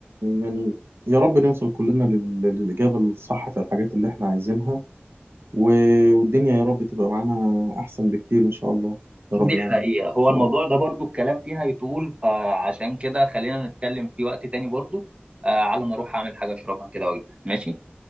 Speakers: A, on the right (about 70°); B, on the right (about 25°).
A: يعني يا رب نوصل كلنا لل- للإجابة الصح في الحاجات اللي احنا عايزينها و- والدنيا يا رب تبقى معانا احسن بكتير ان شاء الله يا
B: دي
A: رب العالمين
B: حقيقة
A: ان
B: هو
A: شاء
B: الموضوع
A: الله
B: ده برضو الكلام فيها يطول فعشان كده خلينا نتكلم في وقت تاني برضو آه على ما اروح اعمل حاجة اشربها كده واجيلك ماشي